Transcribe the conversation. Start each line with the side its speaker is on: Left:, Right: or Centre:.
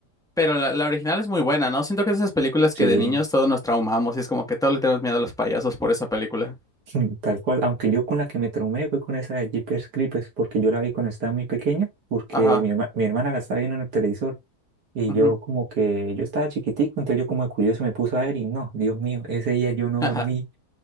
Centre: Pero la, la original es muy buena, ¿no? Siento que es esas películas
Right: Sí,
Centre: que de niños todos nos traumamos y es como que todos le tenemos miedo a los payasos por esa película.
Right: <laughs> tal cual, aunque yo con la que me traumé fue con esa de Jeepers Creepers, porque yo la vi cuando estaba muy pequeño, porque
Centre: Ajá.
Right: mi, herma- mi hermana la estaba viendo en el televisor. Y
Centre: ujú,
Right: yo como
Centre: <laughs>
Right: que, yo estaba chiquitico, entonces yo como de curioso me puse a ver y no, Dios mío, ese día yo no
Centre: Ajá.
Right: dormí,